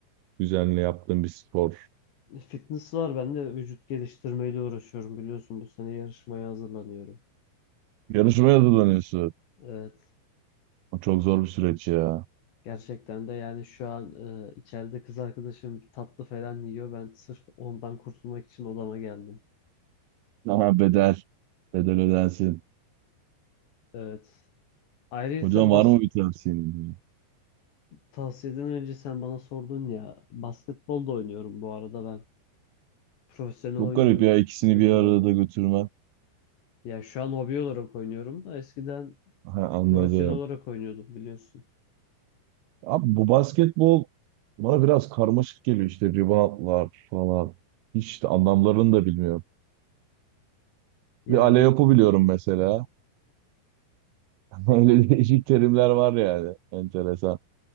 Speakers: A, on the right; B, on the left.
A: düzenli yaptığın bir spor?
B: E, Fitness var. Ben de vücut geliştirmeyle uğraşıyorum biliyorsun. Bu sene yarışmaya hazırlanıyorum.
A: Yarışmaya hazırlanıyorsun.
B: Evet.
A: O çok zor bir süreç ya.
B: Gerçekten de yani şu an e, içeride kız arkadaşım tatlı falan yiyor. Ben sırf ondan kurtulmak için odama geldim.
A: Ama bedel, bedel ödensin.
B: Evet. Ayrıca
A: Hocam
B: bas
A: var mı bir tavsiyen? ya?
B: tavsiyeden önce sen bana sordun ya basketbol da oynuyorum bu arada ben. Profesyonel
A: Çok
B: oynuyordum
A: garip ya ikisini
B: önceden.
A: bir arada götürmen.
B: Ya şu an hobi olarak oynuyorum da eskiden
A: Ha, anladım.
B: profesyonel olarak oynuyordum biliyorsun.
A: Abi bu basketbol bana biraz karmaşık geliyor işte reboundlar falan. Hiç de anlamlarını da bilmiyorum.
B: Ya
A: Bir Ale
B: rib-
A: biliyorum mesela. <laughs> Öyle değişik terimler var yani. Enteresan.